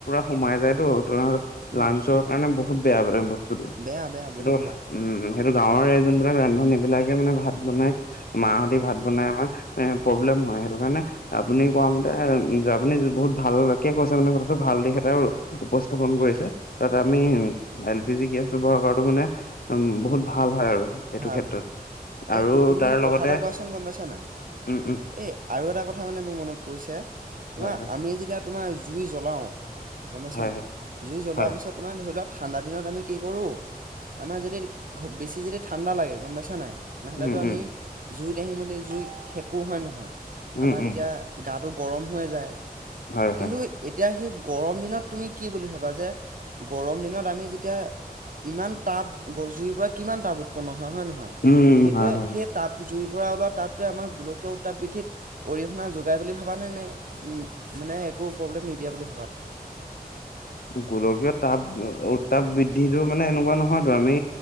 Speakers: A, on the left; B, on the right.
A: মানে সোমাই যায়তো তোমাৰ
B: উম,
A: লাঞ্চৰ কাৰণে বহুত বেয়া মানে বস্তুটো
B: বেয়া বেয়া বহুত
A: সেইটো কথা
B: বেয়া,
A: উম সেইটো
B: উম,
A: গাঁৱৰে যোনবিলাক ৰান্ধনী বিলাকে মানে ভাত
B: উম,
A: বনাই মাহাহতি
B: উম,
A: ভাত বনাই আমাৰ এ প্ৰব্লেম হয় সেইটো কাৰণে আপুনি
B: উম,
A: কোৱা মতে এ উ আপুনি বহুত ভাল কি কৈছে মানে কথাটো ভাল দিশ এটাই উপস্থাপন
B: হয়,
A: কৰিছে তাত
B: হয়,
A: আমি এল পি জি গেছটো ব্যৱহাৰ কৰাটো মানে উ বহুত
B: উম,
A: ভাল হয় আৰু এইটো
B: ভাল,
A: ক্ষেত্ৰত
B: ভাল, ভাল, এই
A: আৰু
B: তু- তুমি
A: তাৰ
B: মোক কথা
A: লগতে
B: এটা কোৱাচোন গম পাইছা নাই?
A: উম উম
B: এই আৰু এটা কথা মানে মোৰ মনত পৰিছে তোমাৰ
A: হয় হয়
B: আমি যেতিয়া তোমাৰ জুই জ্বলাওঁ গম পাইছা
A: হয়
B: নাই
A: হয়
B: জুই জ্বলোৱাৰ
A: হয়
B: পিছত তোমাৰ ধৰি লোৱা ঠাণ্ডা দিনত আমি কি কৰোঁ আমাৰ যদি ঘ বেছি যদি ঠাণ্ডা লাগে গম পাইছা নাই তেনেহলেতো
A: উম
B: আমি
A: উম
B: জুইত আহি মেলি জুই সেকো হয় নহয়
A: উম
B: আমাৰ
A: উম
B: তেতিয়া গাটো গৰম হৈয়েই যায়
A: হয়
B: কিন্তু
A: হয়
B: এতিয়া সেই গৰম দিনত তুমি কি বুলি ভাবা যে গৰম দিনত আমি যেতিয়া ইমান তাপ জুইৰ পৰা কিমান তাপ উৎপন্ন হয় হয়ে নহয়
A: উম উম
B: সেইটোৱে
A: হয় হয়
B: সেই তাপ জুই পৰা ওলোৱা তাপটোৱে আমাৰ গোলকীয় উৎতাপ বৃদ্ধিত অৰিহণা যোগাই বুলি ভাবানে নে উম মানে একো প্ৰব্লেম নিদিয়ে বুলি ভাবা তুমি
A: গোলকীয় তাপ উত্তাপ বৃদ্ধিটো মানে এনেকুৱা নহয়তো আমি